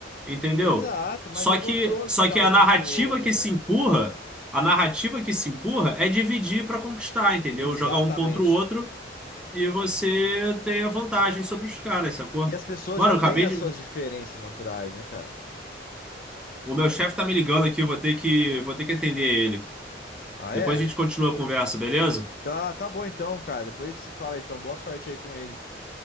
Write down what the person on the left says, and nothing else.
Exato, mas
é
gostoso
ficar
um contra
o outro,
né?
Exatamente.
E as pessoas
já
têm
as
suas diferenças naturais, né, cara?
Ah,
é?
Tá, tá bom então, cara. Depois a gente se fala então. Boa sorte aí com ele.